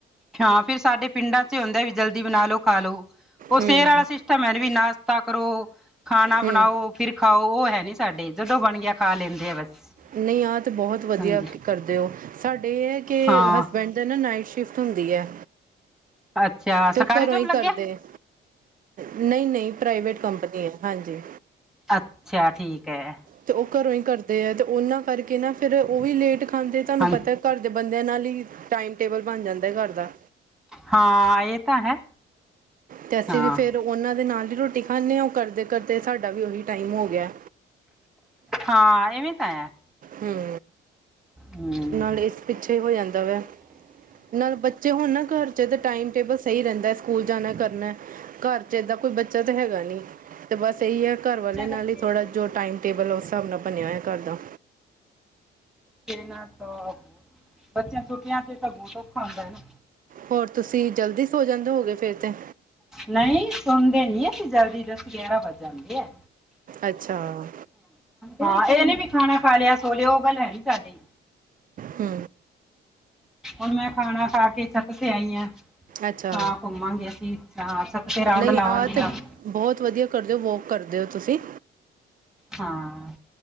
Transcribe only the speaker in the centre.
ਹਾਂ ਫਿਰ ਸਾਡੇ ਪਿੰਡਾਂ 'ਚ ਹੋਂਦਾ ਵੀ ਜਲਦੀ ਬਨਾ ਲੋੋ ਖਾ ਲੋ। ਓ
ਸੇਰ ਆਲਾ ਸਿਸ਼ਟਮ ਐਨ ਵੀ ਨਾਸ਼ਤਾ ਕਰੋ ਖਾਨਾ ਬਨਾਓ।
ਫਿਰ ਖਾਓ ਓ ਹੈ ਨੀ ਸਾਡੇ ਜਦੋ ਬਣ ਗਿਆ ਖਾ ਲੈਂਦੇ ਆ ਬਸ
ਹਾਂਜੀ
ਹਾਂ
ਅੱਛਾ ਸਰਕਾਰੀ
ਜੋਬ
ਲੱਗਿਆ
ਅੱਛਾ ਠੀਕ ਐ।
ਹਾਂ
ਹਾਂ ਏ ਤਾ ਹੈ।
ਹਾਂ
ਹਾਂ ਏਂਵੇ ਤਾ ਹੈ।
ਹੂੰ
ਬੱਚਿਆਂ
ਕਰਕੇ
ਕਿੰਨਾ ਸਾਫ ਓ ਬੱਚਿਆਂ ਛੁੱਟੀਆਂ ਚ ਤਾਂ ਬੌਤ ਔਖਾ ਹੁੰਦਾ ਏ ਨਾ।
ਨਈ ਸੋਂਦੇ ਨੀ ਅਸੀ ਜਲਦੀ ਦਸ, ਗਿਆਰਾਂ ਵੱਜ ਜਾਂਦੇ ਐ।
ਹਾਂ ਏ ਨੀ ਵੀ ਖਾਣਾ ਖਾ ਲਿਆ ਸੋਲੇਓ ਓ ਗੱਲ ਹੈ ਨੀ ਤਾਡੀ।
ਹੁਨ ਮੈਂ ਖਾਣਾ ਖਾ ਕੇ ਛੱਤ ਤੇ ਆਈ ਆਂ।
ਹਾਂ ਘੁੰਮਾਂਗੇ ਅਸੀ ਹਾਂ ਛੱਤ ਪੇ ਰਾਉਂਡ
ਲਾਵਾਂਗੀ
ਅੱਜ।
ਹਾਂ।